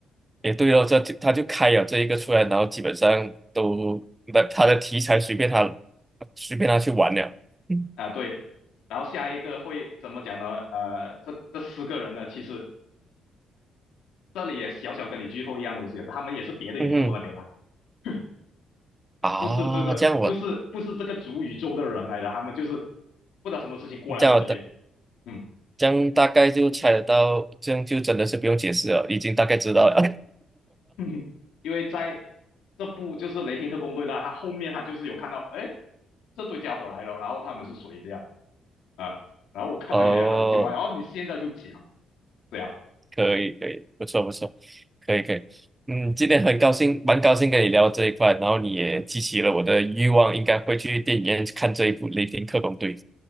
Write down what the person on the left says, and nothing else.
啊，对。然后下一个会怎么讲呢？呃，这这四个人呢，其实这里也小小跟你剧透一样东西，他们也是别的宇宙那边来
的，<laughs>
不是这个，
不是不是这个主宇宙的人来的，他们就是不知道什么事情过来了这边，
嗯，
<laughs> 因为在这部就是雷霆特工队呢，他后面他就是有看到，哎，这对家伙来了，然后他们是谁这样啊？然后我看到也很意外，
哦，你现在就讲，对啊，